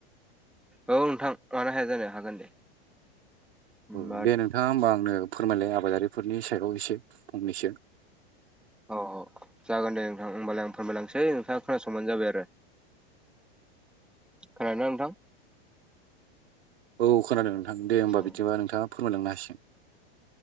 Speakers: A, in the centre; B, on the right (about 80°).
A: औ नोंथां मानो हाया जानो हागोन दे। होमबा
B: औ दे नोंथाङा होमबा आंनो फोरमायलाय आबादारिफोरनि सायाव एसे फंनैसो।
A: औ जागोन दे नोंथां होमबालाय आं फोरमायलांसै नोंथाङा खोनासंबानो जाबाय आरो खोनादोंना नोंथां
B: औ खोनादों नोंथां दे होमबा
A: औ
B: बिदिबा नोंथाङा फोरमायलांनो हासिगोन।